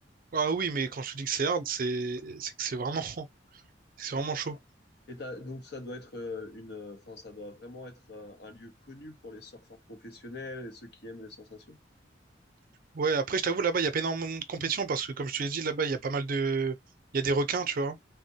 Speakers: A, on the right; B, on the left.
A: Ah oui, mais quand je te dis que c'est hard, c'est c'est que c'est vraiment, <laughs> c'est
B: Ouah.
A: vraiment chaud.
B: Et t'as- donc, ça doit être euh, une, euh, enfin, ça doit vraiment être euh, un lieu connu pour les surfeurs professionnels et ceux qui aiment les sensations.
A: Ouais, après, je t'avoue, là-bas, il y a pas énormément de compétition, parce que comme je te l'ai dit, là-bas, il y a pas mal de, il y a des requins, tu vois.